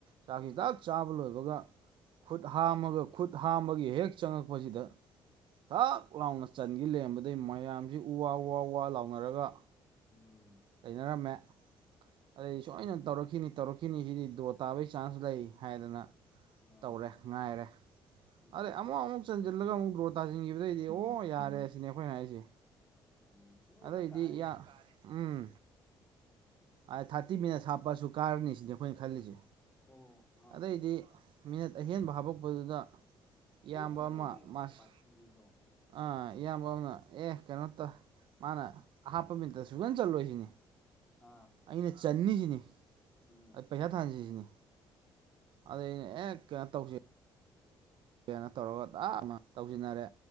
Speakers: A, on the right; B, on the left.
A: ꯆꯥꯛꯁꯤ
B: ꯎꯝ
A: ꯗꯛ ꯆꯥꯕ ꯆꯥꯕ ꯂꯣꯏꯕꯒ ꯈꯨꯠ ꯍꯥꯝꯃꯒꯥ ꯈꯨꯠ ꯍꯥꯝꯕꯒꯤ ꯍꯦꯛ ꯆꯪꯉꯛꯄꯁꯤꯗ ꯊꯛ ꯂꯥꯎꯅ ꯆꯟꯈꯤ ꯂꯔꯝꯕꯗꯩꯩ ꯃꯌꯥꯝꯁꯤ ꯎ ꯋꯥ ꯋꯥ ꯋꯥ ꯂꯥꯎꯅꯔꯒ
B: ꯎꯝ
A: ꯂꯩꯅꯔꯝꯃꯦ ꯑꯩ
B: ꯑꯁ
A: ꯁꯣꯏꯗꯅ ꯇꯧꯔꯛꯈꯤꯅꯤ ꯇꯧꯔꯛꯈꯤꯅꯤ ꯁꯤꯅꯤ ꯗꯣ ꯇꯥꯕꯒꯤ ꯆꯥꯟꯁ ꯂꯩ ꯍꯥꯏꯗꯅ
B: ꯑꯥ
A: ꯇꯧꯔꯦ ꯉꯥꯏꯔꯦ
B: ꯎꯝ
A: ꯑꯗꯩ ꯑꯃꯨꯛ ꯑꯃꯨꯛ ꯆꯟꯁꯤꯜꯂꯒꯥ ꯑꯃꯨꯛ ꯗ꯭ꯔꯣ ꯇꯥꯁꯤꯟꯈꯤꯕꯗꯩꯗꯤ ꯑꯣ ꯌꯥꯔꯦ ꯁꯤꯅꯦ ꯑꯩꯈꯣꯏꯅ ꯍꯥꯏꯁꯦ
B: ꯎꯝ ꯁꯣꯏꯗꯅ
A: ꯑꯗꯩꯗꯤ
B: ꯀꯥꯔꯦ
A: ꯏꯌꯥ
B: ꯁꯤꯅꯦ
A: ꯎꯝ ꯑꯥ ꯊꯥꯔꯇꯤ ꯃꯤꯅꯠ ꯍꯥꯞꯄꯁꯨ ꯀꯥꯔꯅꯤ ꯁꯤꯅꯦ ꯑꯩꯈꯣꯏꯅ ꯈꯜꯂꯤꯁꯦ
B: ꯑꯣ ꯑꯥ
A: ꯑꯗꯩꯩꯗꯤ ꯃꯤꯅꯠ ꯑꯍꯦꯟꯕ ꯍꯥꯄꯛꯄꯗꯨꯗ
B: ꯍꯧꯕꯒꯅꯦꯃꯤ
A: ꯏꯌꯥꯝꯕ ꯑꯃ ꯃꯥꯁ
B: ꯄꯥꯏꯁꯤꯟꯒ꯭ꯔꯤꯗꯣ
A: ꯑꯥ ꯏꯌꯥꯝꯕ ꯑꯃꯅ ꯑꯦ ꯀꯩꯅꯣꯇꯧ ꯃꯥꯅ ꯑꯍꯞꯄ ꯃꯤꯅꯠꯇ ꯁꯨꯡ ꯆꯟ ꯆꯠꯂꯣꯏꯁꯤꯅꯤ
B: ꯑꯥ
A: ꯑꯩꯅ ꯆꯟꯅꯤ ꯁꯤꯅꯤ
B: ꯎꯝ
A: ꯑꯥ ꯄꯩꯁꯥ ꯊꯥꯅꯁꯤ ꯁꯤꯅꯤ ꯑꯗꯩꯩ ꯑꯩꯅ ꯑꯦ ꯀꯩꯅꯣ ꯇꯧ ꯀꯩꯅꯣ ꯇꯧꯔꯒ ꯇꯞꯅ ꯇꯧꯁꯤꯟꯅꯔꯦ